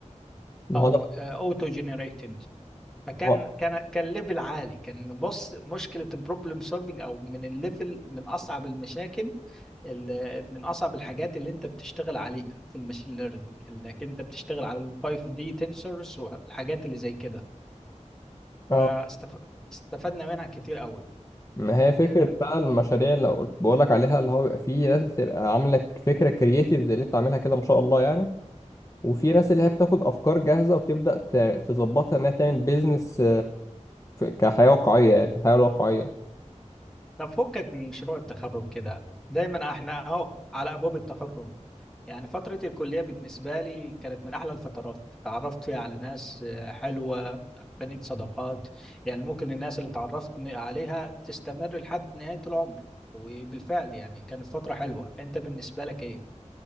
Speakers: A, on the left; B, in the centre.
A: ما
B: او
A: هو ده
B: اوتو جنريتد فكان
A: ما
B: كان كان ليفل عالي كان بص مشكله البروبلم سولفنج او من الليفل من اصعب المشاكل ال- من اصعب الحاجات اللي انت بتشتغل عليها في الماشين ليرنينج انك انت بتشتغل على ال 5 دي تنسورز والحاجات اللي زي كده فاستفدنا
A: هو-
B: منها كتير قوي
A: ما هي فكرة
B: آه،
A: بقى المشاريع اللي قلت بقول لك عليها اللي هو بيبقى فيه ناس بتبقى عاملة فكرة كرييتيف زي اللي انت عاملها كده ما شاء الله يعني وفي ناس اللي هي بتاخد أفكار جاهزة وبتبدأ ت- تظبطها إنها تعمل بيزنس كحياة واقعية يعني في الحياة الواقعية
B: طب فكك من مشروع التخرج كده دايما احنا اهو على ابواب التخرج يعني فترة الكلية بالنسبة لي كانت من أحلى الفترات تعرفت فيها على ناس آه، حلوة بنيت صداقات يعني ممكن الناس اللي تعرفت عليها تستمر لحد نهاية العمر وبالفعل يعني كانت فترة حلوة أنت بالنسبة لك إيه؟